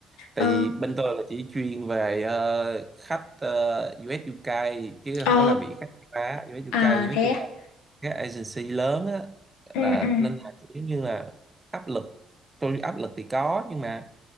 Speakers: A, on the right (about 20°); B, on the left (about 90°).
A: tại
B: ờ
A: vì bên tôi là chỉ chuyên về ờ, khách ờ, US UK chứ
B: ờ
A: không có làm việc khách châu Á US UK
B: à
A: nói
B: thế
A: chung
B: á
A: các agency lớn á
B: ừ
A: là
B: ừ
A: nên là kiểu như là áp lực tôi áp lực thì có nhưng mà